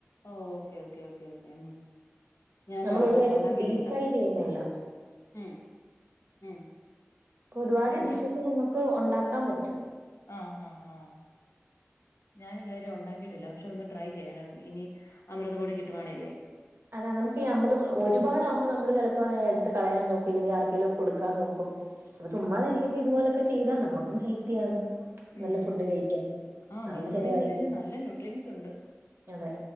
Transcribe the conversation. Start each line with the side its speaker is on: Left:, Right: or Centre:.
Left: ഓ, ഓക്കേ, ഓക്കേ, ഓക്കേ, ഓക്കേ, ഉം. ഞാൻ,
Right: നമ്മൾ ഒരു കാര്യം
Left: ഉണ്ടാക്കിട്ടില്ല,
Right: ഡീപ് ഫ്രൈ ചെയ്യുന്നില്ല
Left: ഉം, ഉം.
Right: പ്പൊ, ഒരുപാട്,
Left: ഉണ്ടാക്കി
Right: ഡിഷസ്, നമുക്ക്, ഉണ്ടാക്കാൻ, പറ്റും.
Left: ആഹ്, ആഹ്, ആഹ്. ഞാനി ഇതുവരെ, ഉണ്ടാക്കിട്ടില്ല, പക്ഷെ, ഒന്ന് ട്രൈ, ചെയ്യണം, ഇനി, അമൃതപൊടി, കിട്ടുവാണല്ലേ.
Right: അതാ, നമുക്ക്, ഈ, അമ്മലം, ഒരുപാട്, അമ്മ നമ്മള്, ചിലപ്പോ എടുത്ത്, കളയാൻ, നോക്കും, ഇല്ലെങ്കി, ആർക്കെിലും, കൊടുക്കാൻ, നോക്കും. അത്, ചുമ്മാതിരിക്കുമ്പ, ഇതുപോലൊക്കെ, ചെയ്താ, നമ്മുക്കും, ഹെൽത്തിയാണ്.
Left: ഉം
Right: നല്ല, ഫുഡ്
Left: ഉം
Right: കഴിക്കാൻ,
Left: ആഹ് അമൃതം
Right: അതും, ചെലവായിട്ട്
Left: പൊടിയിൽ അല്ലേലും നല്ല ന്യൂട്രിയൻസ് ഉണ്ട്
Right: അതെ.